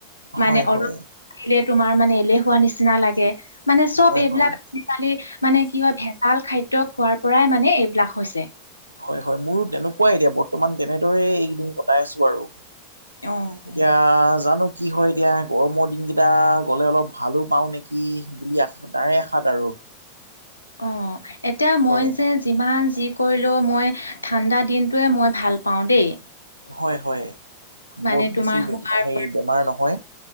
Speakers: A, on the left; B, on the right.
A: মানে
B: হয়
A: অলপ
B: হয়
A: আহিলে তোমাৰ মানে এলেহুৱা নিচিনা লাগে মানে চব
B: হয়
A: এইবিলাক
B: হয়
A: আজিকালি মানে কি হয় ভেজাল খাদ্য খোৱাৰ পৰাই মানে এইবিলাক হৈছে।
B: হয় হয়। মোৰো তেনেকুৱাই এতিয়া বৰ্তমান তেনেদৰে এইকেইদিন কটাই আছো আৰু।
A: অ'।
B: এতিয়া জানো কি হয় এতিয়া গৰমৰ দিনকেইটা গ'লে অলপ ভালো পাওঁ নেকি, বুলি আশা তাৰে আশাত আৰু।
A: অ', এতিয়া
B: হয়
A: মই যে যিমান যি কৰিলেও মই ঠাণ্ডা দিনটোৱে মই ভাল পাওঁ দেই।
B: হয় হয়
A: মানে
B: বৰ বেছি
A: তোমাৰ হোৱাৰ
B: হেই বেমাৰ নহয়।